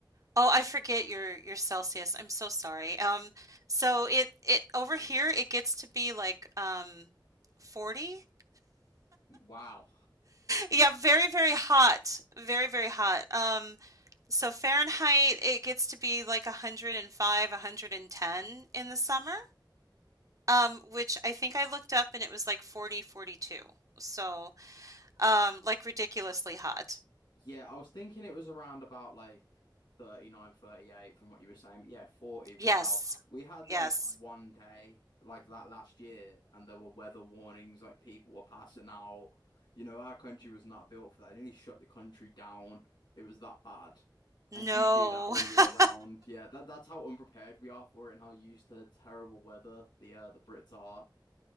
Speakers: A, on the right; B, on the left.
A: Oh, I forget your your Celsius. I'm so sorry. Um, so it it over here it gets to be like um 40.
B: Wow.
A: Yeah, very, very hot. Very, very hot. Um So Fahrenheit, it gets to be like 105, 110 in the summer, um, which I think I looked up and it was like 40, 42. So, um, like ridiculously hot.
B: Yeah, I was thinking it was around about like 39, 38, from what you were saying. But yeah, 40. Wow.
A: Yes.
B: We had
A: Yes.
B: like one day like that last year, and there were weather warnings, like people were passing out. You know, our country was not built for that. It nearly shut the country down. It was that bad.
A: No.
B: And you do that all
A: <laughs>
B: year round. Yeah, that that's how unprepared we are for it and how used to terrible weather the uh, the Brits are.